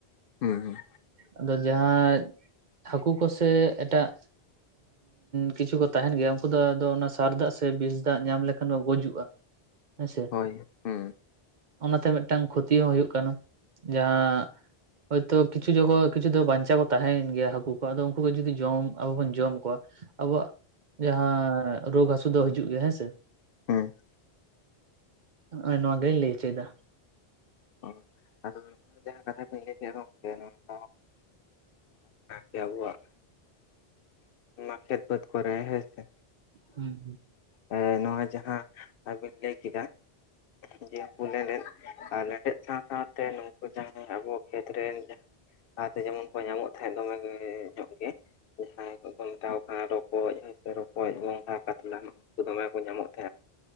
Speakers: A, on the left; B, on the right.
A: ᱦᱩᱸ ᱦᱩᱸ
B: ᱟᱫᱚ ᱡᱟᱦᱟᱸ ᱦᱟᱹᱠᱩ ᱠᱚᱥᱮ ᱮᱴᱟᱜ ᱠᱤᱪᱷᱩ ᱠᱚ ᱛᱟᱦᱮᱱ ᱜᱮᱭᱟ ᱩᱱᱠᱩ ᱫᱚ ᱟᱫ ᱚᱱᱟ ᱥᱟᱨ ᱫᱟᱜ ᱥᱮ ᱵᱤᱥ ᱫᱟᱜ ᱧᱟᱢ ᱞᱮᱠᱷᱟᱱ ᱠᱚ ᱜᱩᱡᱩᱜᱼᱟ᱾ ᱟᱪᱪᱷᱟ᱾
A: ᱦᱳᱭ ᱦᱩᱸ
B: ᱚᱱᱟᱛᱮ ᱢᱤᱫᱴᱟᱝ ᱠᱷᱚᱛᱤ ᱦᱚᱸ ᱦᱳᱭᱳᱜ ᱠᱟᱱᱟ ᱡᱟᱦᱟᱸ ᱦᱳᱭᱛᱳ ᱠᱤᱪᱷᱩ ᱡᱚᱜᱚ ᱠᱤᱪᱷᱩ ᱫᱚ ᱵᱟᱧᱪᱟ ᱠᱚ ᱛᱟᱦᱮᱟᱸᱭᱮᱱ ᱜᱮᱭᱟ ᱦᱟᱹᱠᱩ ᱠᱚ ᱟᱫᱚ ᱩᱱᱠᱩ ᱜᱤ ᱡᱩᱫᱤ ᱡᱚᱢ ᱟᱵᱚ ᱵᱚᱱ ᱡᱚᱢ ᱠᱚᱣᱟ ᱟᱵᱚᱣᱟᱜ ᱡᱟᱦᱟᱸ ᱨᱚᱜ ᱦᱟᱹᱥᱩ ᱫᱚ ᱦᱤᱡᱩᱜ ᱜᱮᱭᱟ ᱦᱮᱸᱥᱮ
A: ᱦᱩᱸ
B: ᱱᱚᱜᱼᱚᱭ ᱱᱚᱣᱟ ᱜᱮᱭ ᱞᱟᱹᱭ ᱚᱪᱚᱭᱮᱫᱟ᱾
A: ᱚ ᱟᱫᱚ ᱢᱤᱜᱦᱚᱲ ᱡᱟᱦᱟᱸ ᱠᱟᱛᱷᱟ ᱠᱚᱸᱧ ᱞᱟᱹᱭ ᱜᱮᱫ <unintelligible> ᱥᱮ ᱟᱵᱩᱣᱟᱜ ᱚᱱᱟ ᱠᱷᱮᱛ ᱵᱟᱹᱫ ᱠᱚᱨᱮ ᱦᱮᱸ ᱥᱮ
B: ᱦᱩᱸ ᱦᱩᱸ
A: ᱮᱸ ᱱᱚᱣᱟ ᱡᱟᱦᱟᱸ ᱟᱹᱵᱤᱱ ᱞᱟᱹᱭ ᱠᱮᱫᱟ᱾ ᱡᱮ ᱵᱚᱞᱮ ᱞᱮᱫ ᱟᱨ ᱞᱮᱸᱰᱮᱫ ᱥᱟᱶ ᱼ ᱥᱟᱶ ᱛᱮ ᱦᱟᱠᱩ ᱡᱟᱦᱟᱸ ᱛᱟᱦᱟᱸ ᱟᱠᱚ ᱠᱷᱮᱛ ᱨᱮ ᱞᱟᱦᱟᱛᱮ ᱡᱮᱢᱚᱱ ᱠᱚ ᱧᱟᱢᱚᱜ ᱛᱟᱦᱮᱸᱫ ᱫᱚᱢᱮ ᱜᱮ, ᱧᱚᱜ ᱡᱟᱦᱟᱸᱭ ᱠᱚ ᱢᱮᱛᱟ ᱠᱚ ᱠᱟᱱᱟ ᱨᱚᱠᱚᱡ ᱦᱮᱸᱥᱮ ᱨᱚᱠᱚᱡ ᱜᱚᱸᱜᱷᱟ ᱠᱟᱛᱞᱟ ᱱᱩᱠᱩ ᱫᱚᱢᱮ ᱠᱚ ᱧᱟᱢᱚᱜ